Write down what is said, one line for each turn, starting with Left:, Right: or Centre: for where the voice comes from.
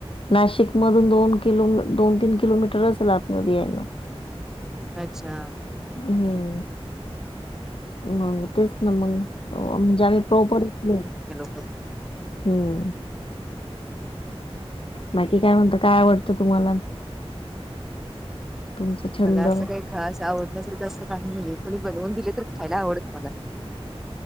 Left: नाशिक मधून दोन किलो दोन तीन किलोमीटरच आसल आतमध्ये यायला.
Centre: अच्छा.
Left: हम्म. मग तेच ना मग म्हणजे आम्ही प्रॉपर इथले.
Centre: अच <inaudible>
Left: हम् बाकी काय म्हणत काय आवडतं तुम्हाला. तुमचा छंद?
Centre: मला असं काही खास आवडण्यासाठी तर असं काही नाहीये कोणी बनवून दिले तर खायला आवडतं मला